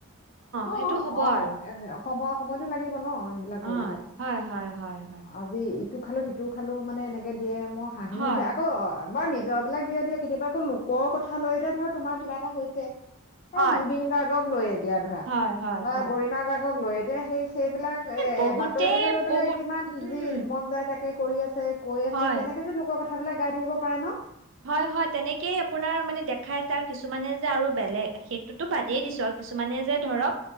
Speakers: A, on the left; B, on the right.
A: অ',
B: সেইটো হ'ব
A: অ',
B: আৰু
A: সময়-সময়তো লাগিব ন' সেইবিলাক
B: হয়,
A: কৰি পেলাই
B: হয়, হয়, হয়, হয়।
A: আজি। ইটো খালো, সিটো খালো, মানে এনেকে দিয়ে মই হাঁহি
B: হয়।
A: উঠে। বাৰ নিজৰ বিলাক দিয়ে দিয়ক কেতিয়াবা আকৌ লোকৰ কথা লৈ ধৰা তোমাৰ কিবা এটা হৈছে।
B: হয়।
A: এই জুবিন গাৰ্গক লৈ এতিয়া ধৰা
B: হয়, হয়,
A: বা
B: হয়।
A: গৰিমা গাৰ্গ। লৈ এ দিয়া সেই। সেইবিলাক এ
B: বহুতেই
A: বাতৰিটোকে লৈ
B: বহুত
A: পেলাই কিমান
B: উম,
A: যি মন যায় তাকে। কৰি আছে। কৈ আছে
B: হয়।
A: কেনেকে যে লোকক। সেইবিলাক। গাই থাকিব পাৰে ন।
B: হয় হয় তেনেকেই আপোনাৰ মানে দেখাই আছে আৰু কিছুমানে যে আৰু বেলেগ সেইটোতো বাদেই দিছো আৰু কিছুমানে যে ধৰক